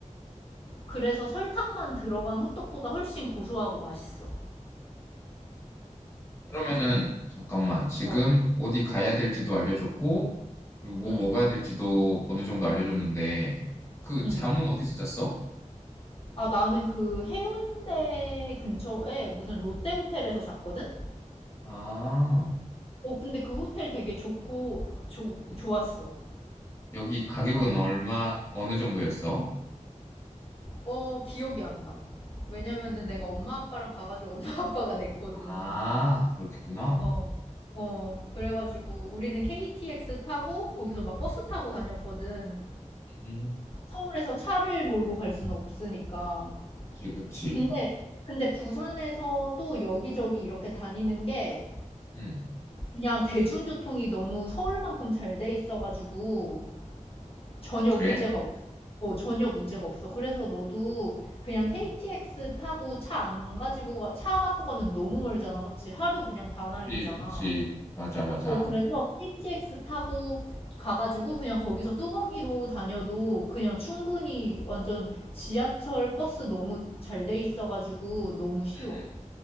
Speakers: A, on the left; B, on the left.
A: 그래서 설탕만 들어간 호떡보다 훨씬 고소하고 맛있어.
B: 그러면은, 잠깐만. 지금
A: 어.
B: 어디 가야 될지도 알려줬고, 그리고 뭐
A: 음.
B: 먹어야 될지도 어느 정도 알려줬는데, 그
A: 음.
B: 잠은 어디서 잤어?
A: 아, 나는 그 해운대 근처에 무슨 롯데 호텔에서 잤거든?
B: 아,
A: 어, 근데 그 호텔 되게 좋고, 조,
B: 음.
A: 좋았어.
B: 여기 가격은
A: 아, 롯,
B: 얼마, 어느 정도였어?
A: 어, 기억이 안 나. 왜냐면은
B: 음,
A: 내가 엄마 아빠랑 가가지고 엄마 <laughs> 아빠가 냈거든.
B: 아, 그렇겠구나.
A: 어, 어, 그래가지고 우리는 KTX 타고 거기서 막 버스 타고 다녔거든.
B: 음,
A: 서울에서 차를 몰고 갈 순 없으니까.
B: 그치, 그치.
A: 근데, 근데 부산에서도 여기저기 이렇게 다니는 게
B: 음.
A: 그냥 대중교통이 너무 서울만큼 잘 돼 있어가지고 전혀
B: 아, 그래?
A: 문제가 없어. 어, 전혀 문제가 없어. 그래서 너도 그냥 KTX
B: 음,
A: 타고 차 안 가지고 가, 차 갖고 가면 너무 멀잖아. 그치? 하루 그냥 다 날리잖아.
B: 그치, 그치. 맞아, 맞아.
A: 어, 그래서 KTX 타고 가가지고 그냥 거기서 뚜벅이로 다녀도 그냥 충분히 완전 지하철 버스 너무 잘 돼 있어가지고 너무 쉬워.
B: 음.